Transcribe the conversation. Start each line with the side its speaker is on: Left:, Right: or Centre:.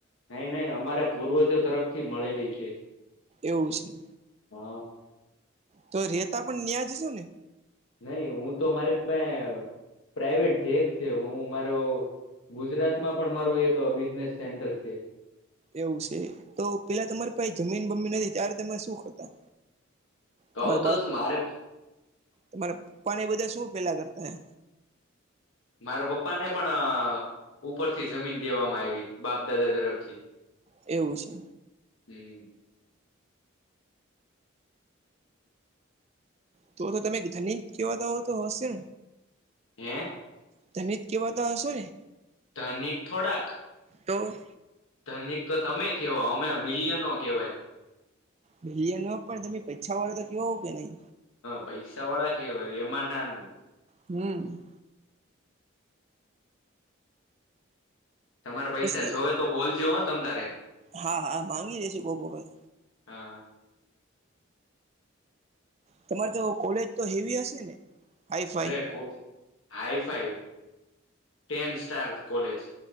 Left: નઈ, નઈ અમારે પૂર્વજો તરફથી મળેલી છે.
Right: એવું છે
Left: હા.
Right: તો રેતા પણ ન્યાજ છો ને?
Left: નઈ હું તો મારી પા પ્રાઈવેટ જેટ છે. હું મારો ગુજરાતમાં પણ મારું એક બિઝનેસ સેન્ટર છે.
Right: એવું છે તો પેલા તમારી પાહે જમીન બમીન નથી ત્યારે તમે શું કરતા? તમારા
Left: કઉ
Right: બાપ,
Left: તો શું મારે
Right: તમારા પપ્પા ને બધા શું પેલા કરતા?
Left: મારા પપ્પા ને પણ ઉપરથી જમીન દેવામાં આઈવી, બાપ દાદા તરફથી.
Right: એવું છે.
Left: હમ
Right: તો તો તમે ધનિક કેહેવાતા હો તો હોશે?
Left: એમ
Right: તને જ કેવાતા, હશો ને?
Left: ધનિક થોડાક.
Right: તો
Left: ધનિક તો તમે કેવાઓ, અમે મિલિયનો કેવાય.
Right: બિલિયનો પણ તમે પૈછા વાળો તો કેવાવો કે નઈ.
Left: પૈસા વાળા કેવાય એમાં ના નઈ
Right: હમ્મ.
Left: તમારે પૈસા
Right: પછી
Left: જોવે તો બોલજો હો તમ તારે?
Right: હા, હા માંગી લેશે કોઈક વખત
Left: હા.
Right: તમારે તો કોલેજ તો હેવી હશે ને? હાઈ ફાઈ
Left: અરે કો hi fi ten star college.